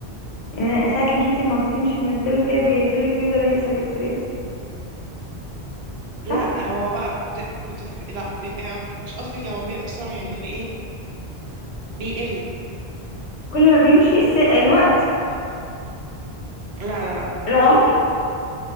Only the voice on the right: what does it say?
لا
هو بقى بت... بتف... لا بي... آه، مش قصدي هو بيقصر يعني ايه بيقل
لا لا لا